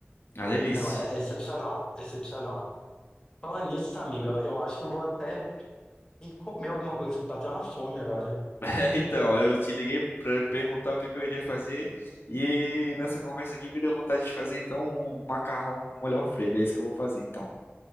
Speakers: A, on the left; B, on the left.
A: Ah, delícia.
B: Não, é, é excepcional, excepcional. Falando nisso, amigo, eu, eu acho que eu vou até E comer alguma coisa que bateu uma fome agora.
A: <laughs> É, então, eu te liguei pra perguntar o que que eu iria fazer e nessa conversa aqui me deu vontade de fazer então um macarrão com molho Alfredo. É isso que eu vou fazer então.